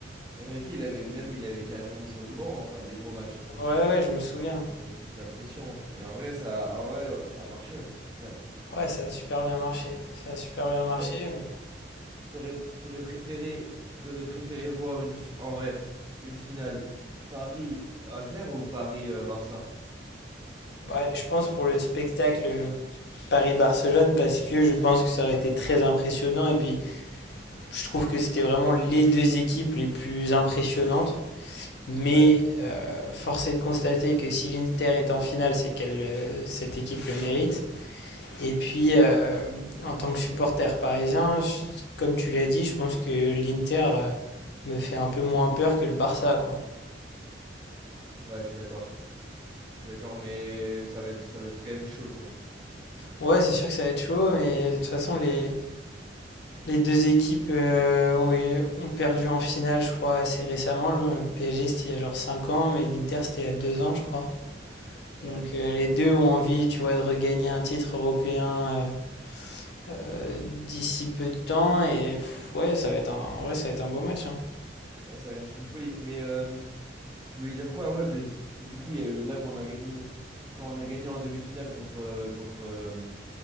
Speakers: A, on the right; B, on the left.
A: Enrique, il avait même, il avait carrément mis sur le banc hein, à des gros matchs hein,
B: Ouais, ouais, je me souviens.
A: pour lui mettre la pression. hein. Et en vrai, ça, en vrai, euh, ça a marché hein, au final.
B: Ouais, ça a super bien marché. Ça a super bien marché,
A: Toi,
B: mais
A: T'aurais, t'aurais préféré, t'aurais préféré voir une, f- en vrai, une finale Paris-Inter ou Paris-Barça?
B: bah, je pense pour le spectacle Paris-Barcelone, parce que je pense que ça aurait été très impressionnant. Et puis Je trouve que c'était vraiment les deux équipes les plus impressionnantes. Mais
A: Ouais,
B: euh, force est de constater que si l'Inter est en finale, c'est qu'elle, le- cette équipe le mérite. Et puis, euh, en tant que supporter parisien, je- comme tu l'as dit, je pense que l'Inter euh, me fait un peu moins peur que le Barça, quoi.
A: ouais, je suis d'accord. Je suis d'accord, mais ça va être, ça va être quand même chaud, quoi.
B: Ouais, c'est sûr que ça va être chaud, mais de toute façon, les, les deux équipes euh, ont, ont perdu en finale, je crois, assez récemment. Le PSG, c'était il y a genre 5 ans, mais l'Inter, c'était il y a 2 ans, je crois.
A: Ouais,
B: Donc euh, les deux ont envie, tu vois, de regagner un titre européen euh, euh, d'ici peu de temps. Et pff, ouais, ça va être un, en vrai, ça va être un beau match. hein.
A: ouais, ça va être une folie. Mais euh, Je voulais dire quoi? Ouais, ben, c- du coup, il y a eu là qu'on a gagné. Quand on a gagné en demi-finale contre, euh, contre, euh,